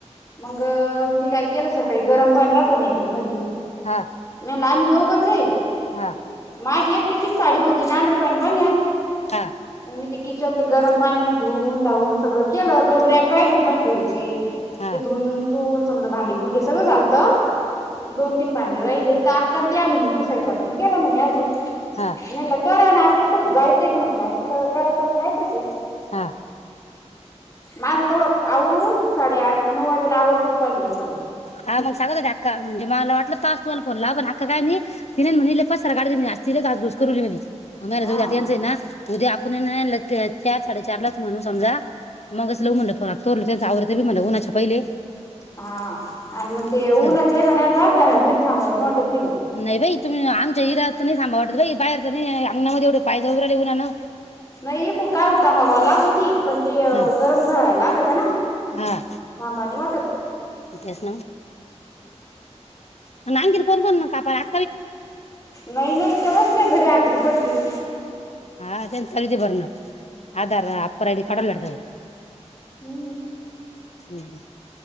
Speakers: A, on the left; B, on the left.
A: मंग मी काय केलं सकाळी गरम पाणी राहत ना हीटर मधी म्हणलं
B: हा
A: आम्ही दोघंच हे!
B: हा
A: माग एक तिचीच साडी होती अंडरपॅन्ट आणि बनियाल
B: हा
A: मी ते किचन, ते गरम पाण्यान धुवून धावून सगळं केलं, दोन रॅक राहिल होत माझ धुवायचे.
B: हा
A: ते धून सून समज भांडी कुंडी सगळं झालतं दोन तीन भांड राहिले तर आक्का तेन आले म्हण तु स्वयंपाक नाई केला म्हणे अजून
B: हा
A: म्हणलं कर ना? आपल्याला कुडं जायचंय का म्हणलं आता करायाचं आणि खायचंचये
B: हा!
A: माझं तेवढ आवरून साडेआठ नऊ वाजेला आवरलोत पाहा लगेच
B: हा मग सांगत होते अक्का म्हणजे माला वाट म्णलं तास तुमाला फोन लावल अक्का काय नही तिने न म्हने लयी पसारा काढलं ति लयी घास घुस करूली म्हने. घराजवळ
A: हा
B: जात य त्याच आहे ना? उद्या आपूण यन चार साडेचारलाच म्हणू समजा मगच लाऊ म्हणलं फोन <unintelligible> त्याचं आवरतय म्हन ऊणाच्या पहिले
A: हा आणि मग ते
B: असं.
A: ऊनचे नणरबा घरात मदे थांबवा नाही वाटत तिथं
B: नाही बाई तुम्ही आमच्या इद नाही थांबव वाटत बाई बाहेर तनी अंगनामध्ये एवढे पाय जळून राहिले ऊनान
A: नाही इकून काय होता हवा लागती पण ते
B: हा
A: गरम झाळाय लागत त्यांन
B: हा
A: अंबानी वाटत
B: तेच म्हणलं आणखीन कोण कोण कापालात?
A: नाही नाही इथ बसले घरी आ दीड पट घेऊन
B: हा त्याच आलीती भरून आधार <unintelligible>
A: हम्
B: हम.